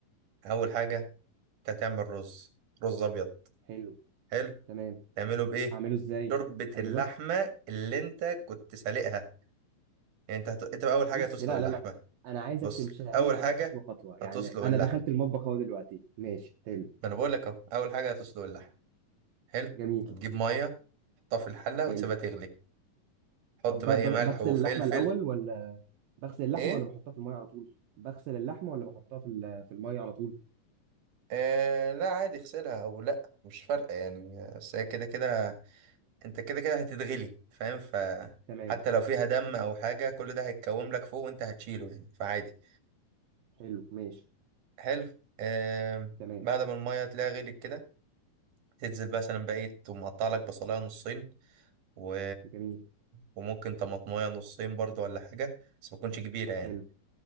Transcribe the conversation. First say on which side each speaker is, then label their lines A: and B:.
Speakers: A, on the right; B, on the right.
A: اول حاجه انت هتعمل رز رز ابيض
B: حلو
A: حلو
B: تمام
A: تعمله بايه
B: اعمله ازاي
A: شوربه
B: ايوه
A: اللحمه اللي انت كنت سالقها يعني انت هت... انت بقى اول حاجه
B: بص
A: هتسلق
B: لا
A: اللحمه
B: لا لا انا عايزك
A: بص
B: تمشيها
A: اول
B: لي معايا
A: حاجه
B: خطوه خطوه يعني
A: هتسلق
B: انا
A: اللحمه
B: دخلت المطبخ اهو دلوقتي ماشي حلو
A: ما انا بقول لك اهو اول حاجه هتسلق اللحم حلو
B: جميل
A: تجيب ميه تحطها في الحله
B: حلو
A: وتسيبها تغلي حط
B: طب ب-
A: بقى ايه
B: ب-
A: ملح
B: بغسل
A: وفلفل
B: اللحمه الاول ولا بغسل اللحمه
A: ايه
B: ولا بحطها في الميه على طول بغسل اللحمه ولا بحطها في ال- في الميه على طول
A: آه لا عادي اغسلها او لا مش فارقه يعني بس هي كده كده انت كده كده هتتغلي فاهم ف
B: تمام
A: حتى لو فيها دم او حاجه كل ده هيتكوم لك فوق وانت هتشيله يعني فعادي
B: حلو ماشي
A: حلو آه
B: تمام
A: بعد ما الميه تلاقيها غليت كده تنزل مثلا بقى ايه تقوم مقطع لك بصلايه نصين و...
B: جميل
A: وممكن طماطمايه نصين برضو ولا حاجه بس ما تكونش كبيره يعني
B: حلو